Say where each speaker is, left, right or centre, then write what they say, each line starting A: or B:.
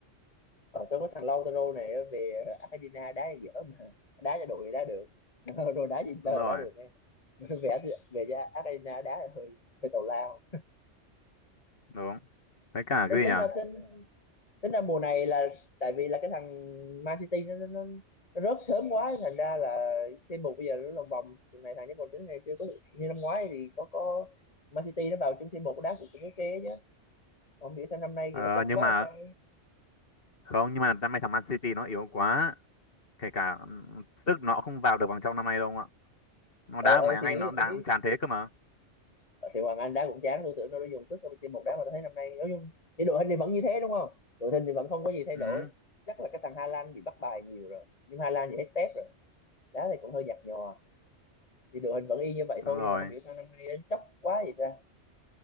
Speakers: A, on the left; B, on the left.
A: ở số có thằng Lautaro này á, về Argentina đá thì dở mà đá cho đội thì đá được thằng Lautaro đá cho Inter
B: Đúng rồi,
A: thì đá được nghe <laughs> về về cho Argentina đá thì hơi hơi tào lao
B: đúng. Với cả
A: tính
B: cái gì
A: tính
B: nhỉ?
A: ra tính tính ra mùa này là tại vì là cái thằng Man City nó nó, nó nó rớt sớm quá thành ra là c một bây giờ nó lòng vòng từ này thằng chứ còn tính ngày xưa có như năm ngoái thì có có Man City nó vào chung c một đá cũng cũng ok chứ không biết sao năm nay
B: Ờ,
A: thì nó chóc
B: nhưng
A: quá
B: mà
A: hay sao
B: Không, nhưng mà năm nay thằng Man City nó yếu quá. Kể cả ừm, sức nó không vào được vòng trong năm nay đâu ông ạ. Nó
A: ờ
B: đá ở
A: ờ
B: ngoại hạng
A: thì
B: Anh
A: ý
B: nó cũng đá
A: tôi biết
B: cũng tràn thế cơ mà.
A: Ờ, thì Hoàng Anh đá cũng chán tôi tưởng nó đã dùng sức rồi một đá mà tôi thấy năm nay nói chung thì đội hình thì vẫn như thế đúng không đội hình thì vẫn không có gì thay
B: Ừ,
A: đổi chắc là cái thằng Hà Lan bị bắt bài nhiều rồi nhưng Hà Lan thì hết tép rồi đá thì cũng hơi nhạt nhòa thì đội hình vẫn y như vậy
B: đúng
A: thôi
B: rồi.
A: nhưng mà không hiểu sao năm nay nó chóc quá vậy ta